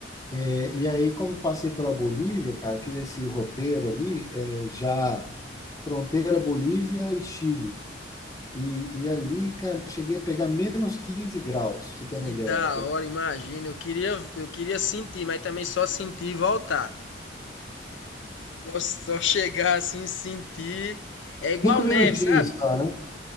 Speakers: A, on the left; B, on the left.
A: É, e aí, como passei pela Bolívia, cara, fiz esse roteiro ali, é, já fronteira Bolívia e Chile. E, e ali, cara, cheguei a pegar menos 15 graus, pra você ter
B: Que
A: uma ideia.
B: da hora, imagina. Eu queria, eu queria sentir, mas também só sentir e voltar. Só, só chegar assim, sentir. É igual
A: Cinco
B: neve,
A: minutinhos
B: sabe?
A: só, né?